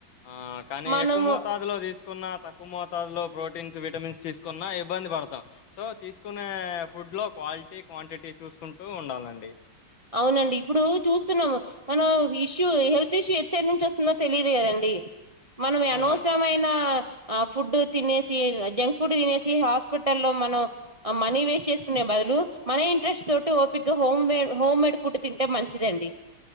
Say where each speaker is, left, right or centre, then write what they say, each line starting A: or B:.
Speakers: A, on the left; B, on the right.
A: ఆ కానీ
B: మనము
A: ఎక్కువ మూతాదులో తీసుకు కున్నా తక్కువ మోతా లో ప్రోటీన్స్ విటమిన్స్ తీసుకున్నా ఇబ్బంది పడతాం సో తీసుకునే ఫుడ్ లో క్వాలిటీ క్వాంటిటీ చూసుకుంటూ ఉండాలండి
B: అవునండి ఇప్పుడూ చూస్తున్నాము మనం హీష్ ట్యూ హెల్త్ ఇష్యూ ఎట్ సైడ్ నుంచి వస్తుందో తెలియదు కదండి మనవి
A: అవునండి
B: అనవసరమైన ఆ ఫుడ్ తినేసి జంక్ ఫుడ్ తినేసి హాస్పిటల్ లో మనం మనీ వేస్ట్ చేసుకునే బదులు మన ఇంట్రెస్ట్ తోటి ఓపిగ్గా హోమ్మేడ్ ఫుడ్ తింటే మంచిదండి